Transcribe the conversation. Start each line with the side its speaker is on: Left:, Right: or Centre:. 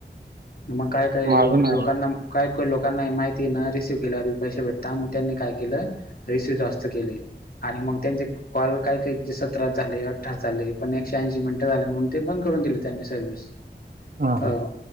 Left: मग काय काय
Right: माझं
Left: लो लोकांना
Right: नाव.
Left: काय लोकांना माहिती ना रिसीव्ह केल्यावर पैसे भेटता मग त्यांनी काय केलं रिसिव जास्त केले आणि मग त्यांचे कॉल काय काही सतराात झाले अठरा झाले पण एकशे ऐंशी मिनिटं झाले म्हणून ते बंद करून दिले त्यांनी सर्वि्हस
Right: हां,
Left: हो.
Right: हां.